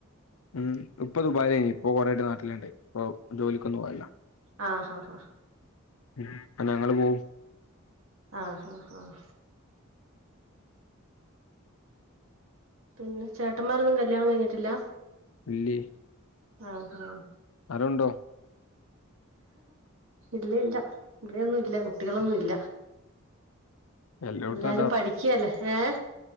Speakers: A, on the left; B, on the right.
A: ഉം ഉപ്പ ദുബായിലേന് ഇപ്പൊ കൊറേ ആയ്ട്ട് നാട്ടില്ണ്ട് ഇപ്പൊ ജോലിക്കൊന്നും പോവലില്ല
B: ആഹ് ആഹ്
A: ഉം ഇപ്പ ഞങ്ങള് പോവും
B: ആഹ് ആഹ് ആഹ് പിന്ന ചേട്ടമ്മാരൊന്നും കല്യാണം കഴിഞ്ഞിട്ടില്ല
A: ഇല്ലെയ്
B: ആഹ് ആഹ്
A: ആരോണ്ടൊ
B: ഇല്ലി ഇല്ല ഇവടെയൊന്നും ഇല്ല കുട്ടികളൊന്നു ഇല്ല
A: എല്ലോട്ത്തും
B: എല്ലാരും പഠിക്കല്ലെ ഏഹ്